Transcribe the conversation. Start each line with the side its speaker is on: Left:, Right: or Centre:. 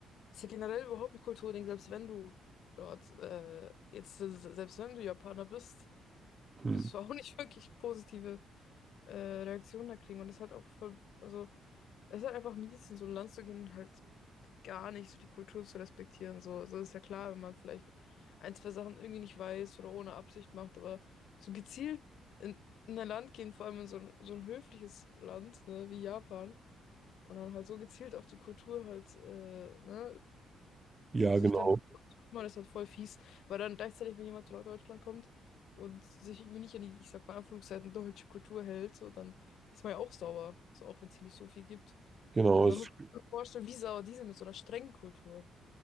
Left: es Ist ja generell überhaupt ein Kulturding, selbst wenn du dort, äh, jetzt, selbst wenn du Japaner bist wirst
Right: hm,
Left: du auch nicht <laughs> wirklich positive äh, Reaktionen da kriegen. Und das ist halt auch voll, also es ist halt einfach mies, in so ein Land zu gehen und halt gar nicht so die Kultur zu respektieren. So, also ist ja klar, wenn man vielleicht ein, zwei Sachen irgendwie nicht weiß oder ohne Absicht macht, aber so gezielt in, in ein Land gehen, vor allem in so ein, so ein höfliches Land, ne, wie Japan, und dann halt so gezielt auf die Kultur halt, äh, ne,
Right: ja,
Left: sich
Right: genau.
Left: dann noch zu kümmern, ist halt voll fies, weil dann gleichzeitig, wenn jemand zu Deutschland kommt und sich irgendwie nicht an die, ich sag mal in Anführungszeichen, deutsche Kultur hält, so, dann ist man ja auch sauer, so auch wenn es hier nicht so viel gibt.
Right: Genau,
Left: So, und dann
Right: ist,
Left: muss man sich vorstellen, wie sauer die sind mit so einer strengen Kultur.